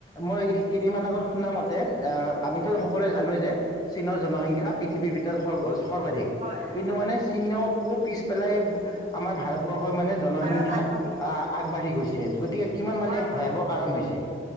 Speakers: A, on the left; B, on the right.
A: মই কেইদিনমান আগত শুনা মতে আহ আমিতো সকলোৱে জানো যে চীনৰ জনসংখ্যা পৃথিৱীৰ ভিতৰত সৰ্ব সৰ্বাধিক
B: হয়
A: কিন্তু মানে চীনকো পিছ পেলাই আমাৰ ভাৰতবৰ্ষ সৰ্ব্বোচ হয় মানে জনসংখ্যাত
B: ভাৰত আগবাঢ়ি গৈছে
A: আহ আগবাঢ়ি গৈছে গতিকে কিমান মানে
B: হয়
A: ভয়াৱহ
B: হয় হয়
A: কাৰণ হৈছে